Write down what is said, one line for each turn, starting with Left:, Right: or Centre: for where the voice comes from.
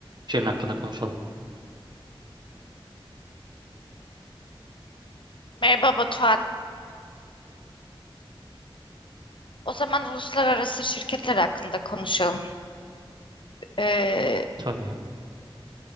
Right: Şiirin hakkında konuşalım.
Left: Merhaba Batuhan. O zaman uluslararası şirketler hakkında konuşalım. Ee,
Right: Tabii.